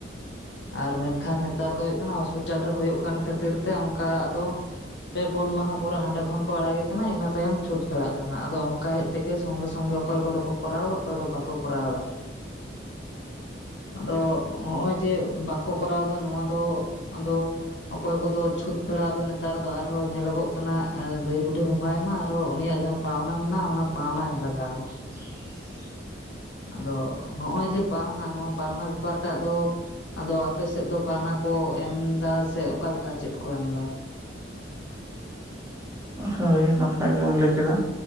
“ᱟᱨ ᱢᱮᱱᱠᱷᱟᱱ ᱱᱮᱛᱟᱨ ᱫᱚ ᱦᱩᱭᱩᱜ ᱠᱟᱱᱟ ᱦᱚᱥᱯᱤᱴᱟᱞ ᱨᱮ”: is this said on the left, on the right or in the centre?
Left